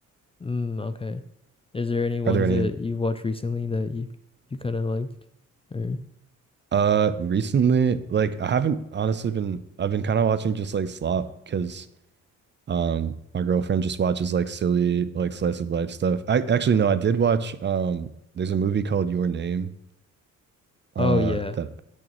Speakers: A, on the left; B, on the right.
A: Mm, okay. Is there any ones
B: Are there any
A: that you've watched recently that you you kind of liked? Or
B: uh recently like I haven't honestly been I've been kind of watching just like slop because um my girlfriend just watches like silly like slice of life stuff. I actually no, I did watch um there's a movie called Your Name uh
A: oh yeah,
B: that